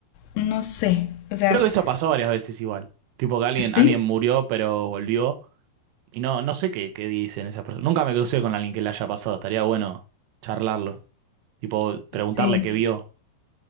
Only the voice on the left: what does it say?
no sé. O sea,
¿sí?
Sí.